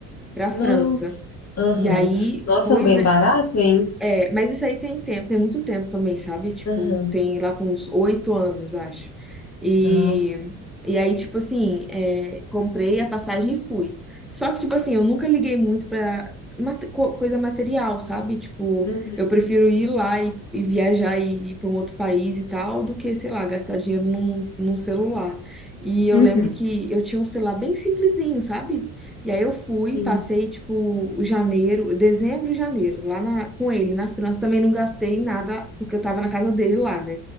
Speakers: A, in the centre; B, on the left.
A: pra França.
B: Nossa, aham.
A: E aí
B: Nossa,
A: fui,
B: é um bem
A: né,
B: barato, hein?
A: é, mas isso aí tem tempo, tem muito tempo também, sabe? Tipo,
B: Aham.
A: tem lá com uns oito anos, acho. E,
B: Tá.
A: e aí, tipo assim, é, comprei a passagem e fui. Só que, tipo assim, eu nunca liguei muito pra mate- co- coisa material, sabe? Tipo,
B: Uhum.
A: eu prefiro ir lá e, e viajar e ir pra um outro país e tal, do que, sei lá, gastar dinheiro num, num celular. E eu
B: Uhum.
A: lembro que eu tinha um celular bem simplesinho, sabe? E aí eu fui,
B: Sim.
A: passei tipo o janeiro, dezembro e janeiro, lá na- com ele na França. Também não gastei nada, porque eu tava na casa dele lá, né?